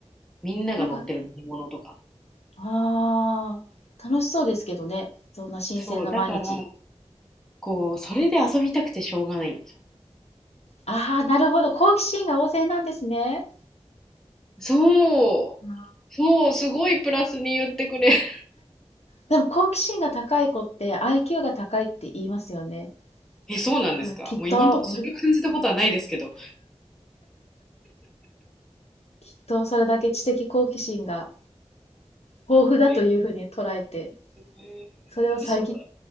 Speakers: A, in the centre; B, on the left.
A: みんなが乗ってる乗り物とか。
B: なんか、ああ、楽しそうですけどね。そんな新鮮な毎日。
A: そう、だから、こう、それで遊びたくてしょうがないんですよ。
B: ああ、なるほど。好奇心が旺盛なんですね。
A: そう、
B: あ
A: そう、すごいプラスに言ってくれ。<laughs>
B: でも好奇心が高い子って IQ が高いって言いますよね。
A: え、そうなんですかもう今のところそれ感じたことはないですけど。
B: だからきっと、俺、きっとそれだけ知的好奇心が豊富だというふうに捉えて、
A: えー、えー将来
B: それを遮っ